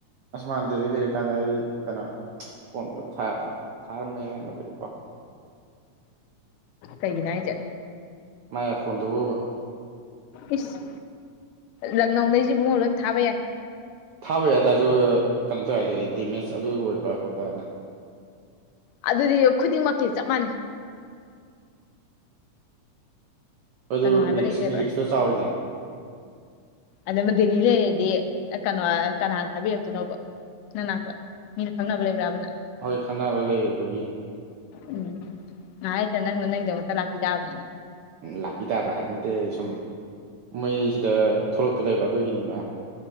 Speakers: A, on the right; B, on the left.
A: ꯑꯁ ꯃꯥꯅ ꯗꯦꯜꯂꯤ ꯂꯩꯔꯤꯀꯥꯟꯗ ꯑꯩ ꯀꯩꯅꯣ ꯐꯣꯟꯒ ꯊꯥ ꯑ ꯊꯥꯔꯝꯕ ꯌꯥꯔꯝꯃꯗꯤꯕꯀꯣ
B: ꯀꯩꯒꯤꯅ ꯍꯥꯏꯖꯦ
A: ꯃꯥꯏ ꯑꯥꯏ ꯐꯣꯟꯗꯨꯕꯣꯕ
B: ꯏꯁ ꯂꯛꯅꯧꯗꯩꯁꯤ ꯏꯕꯨꯡꯉꯣ ꯂꯣꯏ ꯊꯥꯕ ꯌꯥꯏ
A: ꯊꯥꯕ ꯌꯥꯇꯥꯔꯁꯨ ꯀꯩꯅꯣ ꯇꯧꯋꯦ ꯍꯥꯏ ꯑꯗꯨꯗꯤ ꯗꯦꯃꯦꯖ ꯑꯗꯨ ꯑꯣꯏꯕ ꯈꯣꯠꯄꯅ
B: ꯑꯗꯨꯗꯤ ꯈꯨꯗꯤꯡꯃꯛꯀꯤ ꯆꯞ ꯃꯥꯟꯅꯩ
A: ꯑꯗꯨ
B: ꯀꯩꯅꯣ ꯍꯥꯏꯕ
A: ꯔꯤꯛꯁ
B: ꯂꯩꯇꯦꯕ
A: ꯔꯤꯛꯁꯇꯣ ꯆꯥꯎꯋꯤꯗꯅ
B: ꯑꯗꯨꯕ ꯗꯦꯜꯂꯤ ꯂꯩꯔꯗꯤ ꯑ ꯀꯩꯅꯣ ꯀꯅꯥ ꯊꯥꯕꯤꯔꯛꯇꯣꯏꯅꯣꯕ ꯅꯪ ꯅꯥꯛꯇ ꯃꯤꯅ ꯈꯪꯅꯕ ꯂꯩꯕ꯭ꯔꯥꯕꯅ
A: ꯍꯣꯏ ꯈꯪꯅꯕ ꯂꯩꯕꯒꯤ
B: ꯎꯝ ꯉꯍꯥꯛꯂꯩꯇ ꯅꯪꯅ ꯅꯪꯒꯤ ꯗꯃꯛꯇ ꯂꯥꯛꯄꯤ ꯇꯥꯕꯅꯤꯅꯦ
A: ꯂꯥꯛꯄꯤ ꯇꯥꯕ ꯍꯥꯏꯕ ꯅꯠꯇꯦ ꯁꯨꯝ ꯃꯩꯁꯤꯗ ꯊꯣꯛꯂꯛꯇꯣ ꯂꯩꯕ ꯑꯗꯨꯒꯤꯅꯤꯅ